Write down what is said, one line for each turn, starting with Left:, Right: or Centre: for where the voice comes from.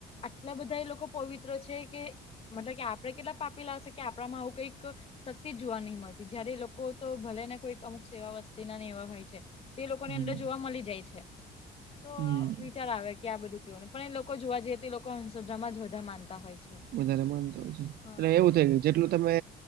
Left: આટલા બધા એ લોકો પવિત્ર છે કે મતલબ કે આપડણે કેટલા પાપીલા હશે કે આપડામાં આવું કઈક શક્તી જોવા નહીં મળતી જયારે લોકો તો ભલે ને કોઈક અમુક સેવા વસ્તુ હોય છે તે લોકોની
Right: હમ
Left: અંદર જોવા મળી જાય છે તો
Right: હમ
Left: વિચાર આવે કે આ બધુ ને પણ એ લોકો જોવા જઈ તે લોકો હસ્રમા જ વધારે માનતા હોય છે.
Right: વધારે માનતા હોય છે
Left: હા
Right: એટલે એવું થઇ ગય જેટલું તમે